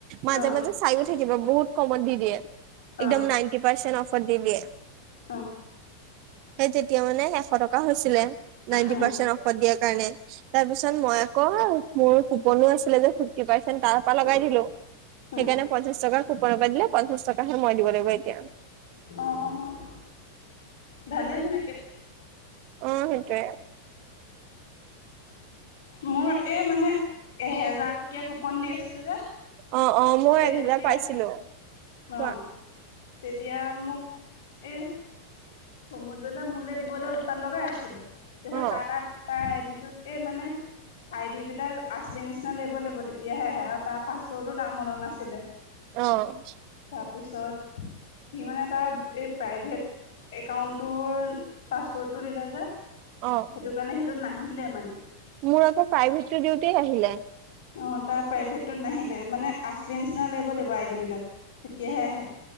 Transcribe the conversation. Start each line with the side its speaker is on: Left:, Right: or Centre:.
Right: মাজে
Left: অ
Right: মাজে চাইও থাকিব। বহুত কমত দি দিয়ে।
Left: অ
Right: একদম নাইনটি পাৰ্চেন্ট অফত দি দিয়ে।
Left: অ
Right: সেই তেতিয়া মানে এশ টকা হৈছিলে নাইনটি
Left: উম
Right: পাৰ্চেন্ট অফত দিয়া কাৰণে, তাৰ পিছত মই আকৌ মোৰ কুপনো আছিলে যে ফিফটি পাৰৰ্সেন্ট তাৰ
Left: উম।
Right: পৰা লগাই দিলো,
Left: উম,
Right: সেইকাৰণে পঞ্চাশ টকা কুপনৰ পৰা দিলো পঞ্চাশ টকা হে মই দিব লাগিব এতিয়া।
Left: অ', ভালেই তেনেকে।
Right: অ', সেইটোৱে।
Left: মোৰ এই মানে এহাজাৰ টকীয়া কুপন দি আছিল যে
Right: অ অ মই
Left: সেই
Right: এক
Left: তেতিয়া,
Right: হেজাৰ পাইছিলো চোৱা
Left: অ'। তেতিয়া মোক এ চমুদলৈ মোলে দিবলৈ উৎপাত লগাই আছিলে তেলে
Right: অ
Left: তাৰ তাত তাৰ এই মানে আইডি বিলাক আছলি নিচিনা লাগব লাগিব তেতিয়াহে আহ আৰু তাৰ পাছৰ্ডো নাছিলে
Right: অ
Left: তাৰপিছত সি মানে তাৰ এই প্ৰাইভেট একাউণ্টটোৰ পাছৱৰ্ডটো দিলে যে সেইটো
Right: অ
Left: কাৰণে সেইটো নাহিলে মানে
Right: মোৰ আকৌ প্ৰাইভেত টো দিওঁতেই আহিলে
Left: অ তাৰ প্ৰাইভেটত নাহিলে মানে আচলি নিচিনা লাগিব লাগিব আইড বিলাক তেতিয়াহে আহে